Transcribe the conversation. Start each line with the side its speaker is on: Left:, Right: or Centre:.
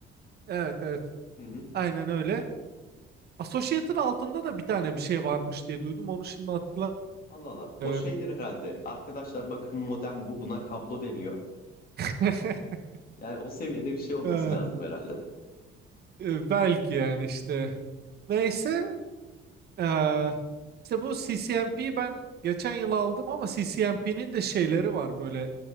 Right: evet evet
Left: Hı hı.
Right: aynen öyle. Associate'ın altında da bir tane bir şey varmış diye duydum. Onu şimdi hatırlamıyorum.
Left: Allah Allah.
Right: Ee,
Left: O şeydir herhalde. Arkadaşlar bakın modem bu. Buna kablo deniyor.
Right: <laughs>
Left: Yani o seviyede bir şey olması
Right: e,
Left: lazım herhalde.
Right: e, belki yani işte. Neyse Ee, işte bu C C M P'yi ben geçen yıl aldım ama C C M P'nin de şeyleri var böyle